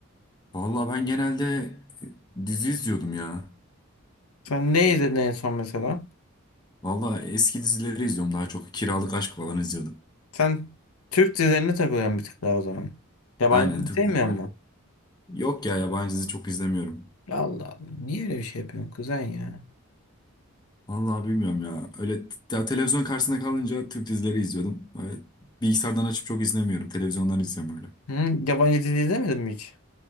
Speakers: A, on the left; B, on the left.
A: Vallahi ben genelde e, dizi izliyordum ya.
B: Sen ne izledin en son mesela?
A: Vallahi eski dizileri izliyorum daha çok. Kiralık Aşk falan izliyordum.
B: Sen Türk dizilerine takılıyorsun bir tık daha o zaman. Yabancı
A: Aynen
B: dizi
A: Türk
B: sevmiyor
A: dizileri.
B: musun?
A: Yok ya yabancı dizi çok izlemiyorum.
B: Allah Allah niye öyle bir şey yapıyorsun kuzen ya?
A: Vallahi bilmiyorum ya. Öyle t- ya televizyon karşısında kalınca Türk dizileri izliyordum. Öyle bilgisayardan açıp çok izlemiyorum. Televizyondan izliyorum öyle.
B: Hı? Yabancı dizi izlemedin mi hiç?